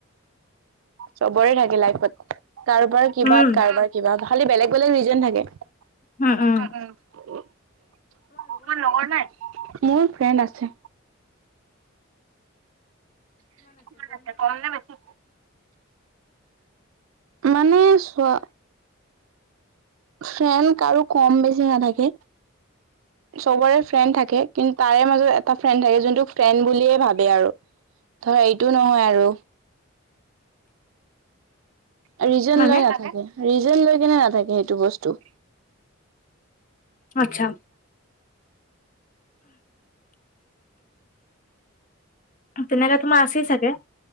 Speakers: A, on the right (about 75°); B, on the left (about 40°).
A: চবৰে থাকে লাইফত। কাৰোবাৰ কিবাত।
B: উম
A: কাৰোবাৰ কিবাত। খালি বেলেগ -বেলেগ ৰিজ -ন থাকে।
B: উম উম
A: তোৰ লগৰ নাই? মোৰ ফ্ৰেণ্ড আছে। <unintelligible> কম নে বেছি? মানে চোৱা ফ্ৰেণ্ড কাৰো কম- বেছি নাথাকে। চবৰে ফ্ৰেণ্ড থাকে। কিন্তু তাৰে মাজত এটা ফ্ৰেণ্ড থাকে, যোনটোক ফ্ৰেণ্ড বুলিয়ে ভাবে আৰু। ধৰা ইটো নহয় আৰু। ৰিজন
B: মানে
A: লৈ নাথাকে। ৰিজন লৈ কেনে নাথাকে, সেইটো বস্তু।
B: আচ্ছা। ওমহ। তেনেহলে তোমাৰ আছেই চাগে?